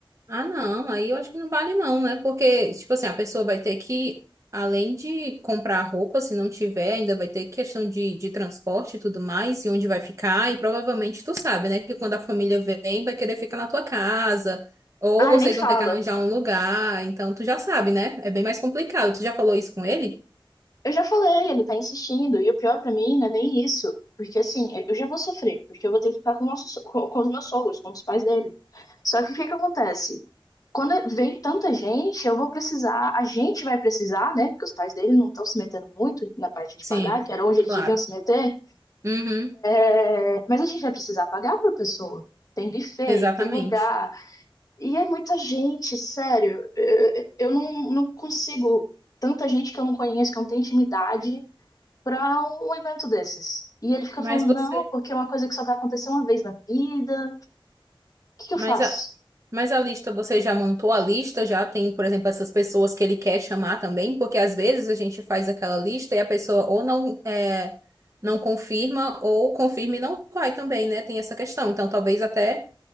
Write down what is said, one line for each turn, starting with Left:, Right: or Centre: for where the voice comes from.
Right: Ah, não, aí eu acho que não vale não, né? Porque, tipo assim, a pessoa vai ter que, além de comprar roupa, se não tiver, ainda vai ter questão de, de transporte e tudo mais, e onde vai ficar, e provavelmente tu sabe, né? Que quando a família vem, vai querer ficar na tua casa, ou
Left: Ai,
Right: vocês
Left: nem fala.
Right: vão ter que arranjar um lugar, então tu já sabe, né? É bem mais complicado. Tu já falou isso com ele?
Left: Eu já falei, ele tá insistindo. E o pior pra mim não é nem isso. Porque assim, eu já vou sofrer. Porque eu vou ter que ficar com, o nosso so- com com os meus sogros, com os pais dele. Só que o que que acontece? Quando vem tanta gente, eu vou precisar, a gente vai precisar, né? Porque os pais dele não estão se metendo muito na parte de
Right: Sim,
Left: pagar, que era onde
Right: claro.
Left: eles deviam se meter.
Right: Uhum,
Left: É, mas a gente vai precisar pagar por pessoa. Tem buffet,
Right: exatamente.
Left: tem lugar. E é muita gente, sério. Eu, eu não, não consigo. Tanta gente que eu não conheço, que eu não tenho intimidade, pra um evento desses. E ele fica
Right: Mas
Left: falando,
Right: você.
Left: não, porque é uma coisa que só vai acontecer uma vez na vida. O que que
Right: Mas
Left: eu faço?
Right: a, mas a lista, você já montou a lista? Já tem, por exemplo, essas pessoas que ele quer chamar também? Porque às vezes a gente faz aquela lista e a pessoa ou não, é, não confirma ou confirma e não vai também, né? Tem essa questão. Então talvez até